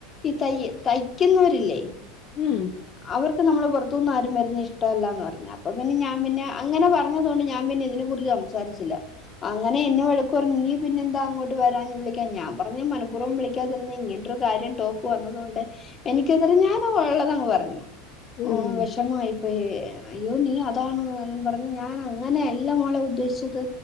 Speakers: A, on the left; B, on the left.
A: ഈ തയ് തയ്യിക്കുന്നവർ ഇല്ലേ.
B: ഉം.
A: അവർക്ക് നമ്മൾ പുറത്തുനിന്ന് ആരും വരുന്ന ഇഷ്ടമല്ലാന്ന് പറഞ്ഞു. അപ്പോ പിന്നെ ഞാൻ പിന്നെ അങ്ങനെ പറഞ്ഞത് കൊണ്ട് ഞാൻ പിന്നെ ഇതിനെ കുറിച്ച് സംസാരിച്ചില്ല. അങ്ങനെ എന്നെ വഴക്കുപറഞ്ഞു നീ പിന്നെ എന്താങ്ങോട്ട് വരാഞ്ഞെ ഞാൻ പറഞ്ഞ് മനപുർവ്വം വിളിക്കാത്തെ എനിക്കത് ഇങ്ങനെത്തെരു കാര്യം ടോക്ക് വന്നതുകൊണ്ട് എനിക്കത് ഞാനും ഉള്ളതങ്ങ് പറഞ്ഞു.
B: ഉം ഉം
A: ഓ, വിഷമായി. അയ്യോ, നീ അതാണ് പറഞ്ഞ് ഞാൻ അങ്ങനെയല്ല മോളെ ഉദ്ദേശിച്ചത്.